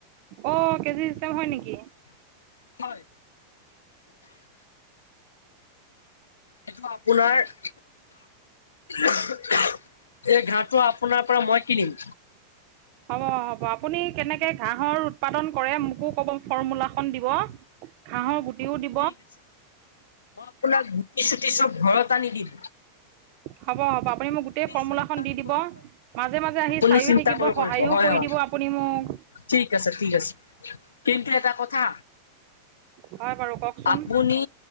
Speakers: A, on the right (about 45°); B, on the left (about 70°).
A: অ' কেজি চিষ্টেম হয় নেকি?
B: হয়। এইটো আপোনাৰ এই ঘাঁহটো আপোনাৰ পৰা মই কিনিম।
A: হ'ব হ'ব, আপুনি কেনেকে ঘাঁহৰ উৎপাদন কৰে মোকো কব, ফৰ্মূলা খন দিব।
B: উ <unintelligible>
A: ঘাহৰ গুটিও দিব-
B: ঠিক আছে। মই আপোনাক গুটি চুটি চব ঘৰত আনি দিম।
A: হ'ব হ'ব আপুনি মোক গোটেই ফৰ্মুলাখন
B: চিন্তা
A: দি
B: নকৰিব
A: দিব। মাজে -মাজে আহি
B: আপুনি
A: চাইও
B: চিন্তা
A: থাকিব
B: কৰিব কৰিব
A: সহায়ো
B: হয়
A: কৰি
B: হয়
A: দিব আপুনি মোক।
B: ঠিক আছে ঠিক আছে কিন্তু এটা কথা।
A: হয় বাৰু কওকচোন
B: আপুনি